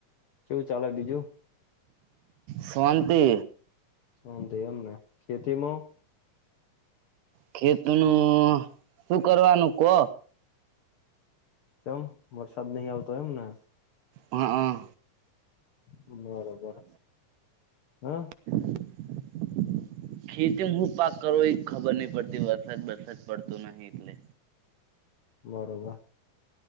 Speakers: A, on the left; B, on the right.
A: શું ચાલે બીજું.
B: શોંતિ
A: શાંતિ એમને ખેતીમાં.
B: ખેતી નું શું કરવાનું કહો.
A: કેમ વરસાદ નહી આવતો એમ ને.
B: હા
A: બરોબર હા
B: <unintelligible> ખેતીમાં હું પાક કરો એ ખબર નહ પડતી વરસાદ વરસાદ પડતો નહી એટલે.
A: બરોબર.